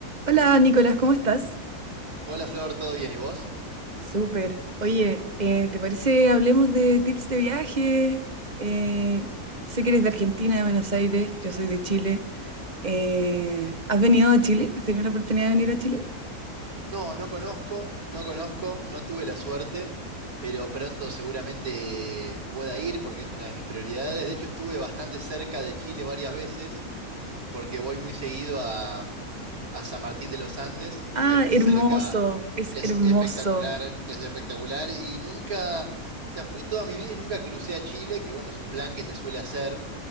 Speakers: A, on the right; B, on the right.
A: Hola Nicolás, ¿cómo estás?
B: Hola Flor, ¿todo bien? ¿Y vos?
A: Súper. Oye, eh, ¿te parece hablemos de tips de viaje? Eh, sé que eres de Argentina, de Buenos Aires, yo soy de Chile. Eh, ¿has venido a Chile? ¿Has tenido la oportunidad de venir a Chile?
B: No, no conozco, no conozco, no tuve la suerte, pero pronto seguramente pueda ir porque es una de mis prioridades. De hecho, estuve bastante cerca de Chile varias veces porque voy muy seguido a, a San Martín de los Andes,
A: Ah,
B: que es muy
A: hermoso,
B: cerca,
A: es
B: es
A: hermoso.
B: espectacular, es espectacular. Y nunca, o sea, fui toda mi vida y nunca crucé a Chile, que bueno, es un plan que se suele hacer